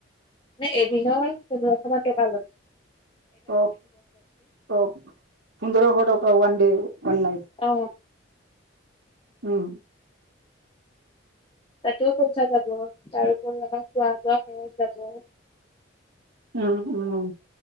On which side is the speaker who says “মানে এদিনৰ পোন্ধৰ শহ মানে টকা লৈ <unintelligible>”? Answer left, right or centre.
Left